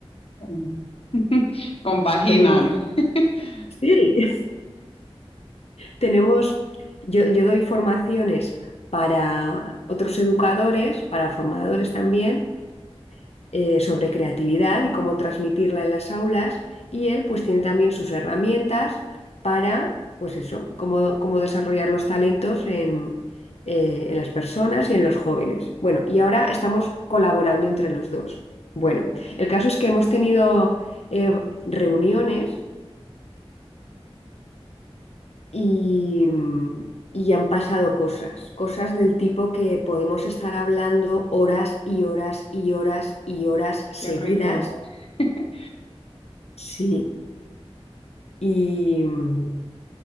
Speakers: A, on the left (about 65°); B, on the left (about 85°).
A: mm, compaginan,
B: Tenemos,
A: <laughs>
B: sí, <laughs> Tenemos, yo, yo doy formaciones para otros educadores, para formadores también, eh, sobre creatividad y cómo transmitirla en las aulas, y él pues tiene también sus herramientas para, pues eso, cómo, cómo desarrollar los talentos en, eh, en las personas y en los jóvenes. Bueno, y ahora estamos colaborando entre los dos. Bueno, el caso es que hemos tenido eh, reuniones y, y han pasado cosas, cosas del tipo que podemos estar hablando horas y horas y horas y horas seguidas.
A: qué rico. <laughs>
B: Sí. Y mm,